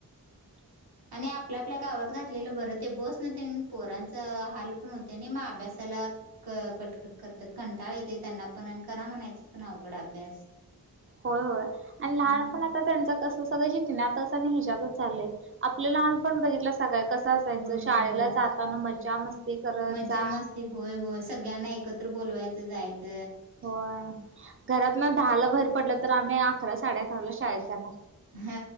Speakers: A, on the right; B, on the right.
A: <unintelligible>
B: आणि आपल्या आपल्या गावात घातलेल बर ते बसन तेन् पोरांचा हाल पण होते आणि मग अभ्यासाला क कटकट करत्यात कंटाळ येते त्यांना पण आणि करा म्हणायच पण अवघड अभ्यास
A: होय होय आणि लहानपण
B: हम्म.
A: आता त्यांच कस सगळ शिकण्यात आणि ह्याच्यातच चालय आपल लहानपण बघितलसा काय कस असायच
B: होय
A: शाळेला
B: होय.
A: जाताना मजा मस्ती करत
B: मज्जा
A: जा
B: मस्ती होय होय सगळ्यांना एकत्र बोलवायच जायच
A: होय घरातन् दहा ला बाहेर पडल तर आम्ही अकरा साडे अकराला शाळेत जाणार
B: हा